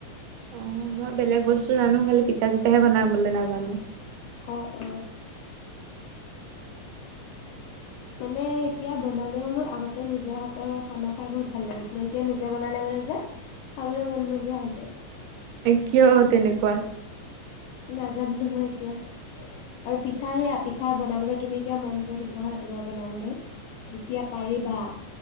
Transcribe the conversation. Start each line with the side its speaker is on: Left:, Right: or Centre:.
Right: অ মই বেলেগ বস্তু জানো খালি পিঠা চিঠাহে বনাম বুলি নাজানো।
Left: অ অ মানে এতিয়া বনালেও মোৰ আগতে নিজৰ হাতৰ খানা খাই বহুত ভাল লাগিছিলে এতিয়া নিজে বনালে মানে যে খাবলৈ মন নোযোৱা হৈ যায়।
Right: কিয় তেনেকুৱা
Left: নাজানো নহয় এতিয়া আৰু পিঠা সেয়া পিঠা বনাবলৈ তুমি এতিয়া মন যাই থাকিবা হা তোমাৰ বনাবলৈ যেতিয়া পাৰিবা